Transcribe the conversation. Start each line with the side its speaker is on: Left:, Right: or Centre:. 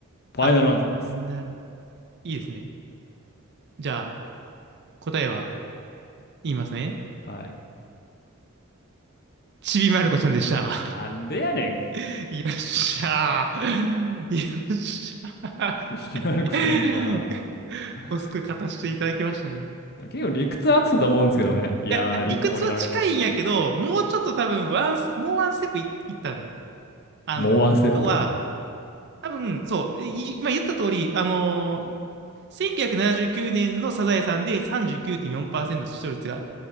Left: ファイナルアンサーです。
Right: あ、なるほど。いいですね。じゃあ、答えは言いますね。
Left: はい。
Right: ちびまる子ちゃんでした。
Left: なんでやねん。
Right: <laughs> よっしゃー。<laughs> よっしゃ
Left: ひきまる子ちゃんか。
Right: ー。
Left: うん
Right: おすく勝たせていただきましたね。
Left: 結構理屈合ってたと思うんですけどね。いやー、
Right: いや、理屈は近いんやけど、
Left: 一本やられました。
Right: もうちょっと多分ワンス、もうワンステップい、いったな。あの、
Left: もうワンステップ。
Right: 今日は、多分、そう、い今言った通り、あのー1979年のサザエさんで39.4%視聴率があっ